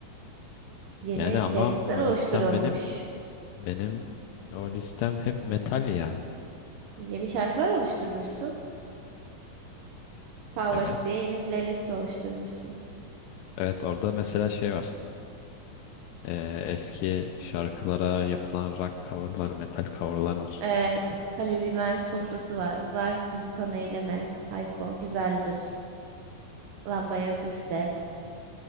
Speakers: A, on the right; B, on the left.
A: Yeni
B: Yani ama
A: playlistler
B: o
A: oluşturulmuş.
B: listem benim benim o listem hep metal ya.
A: Yeni şarkılar oluşturmuşsun. Powers
B: Evet.
A: diye yeni playlist oluşturmuşsun.
B: Evet orada mesela şey var. Ee, eski şarkılara yapılan rock coverlar, metal coverlar var.
A: Evet. Halil İbrahim sofrası var. Zahit bizi tan eyleme. Hayko güzeldir. Lambaya püf de.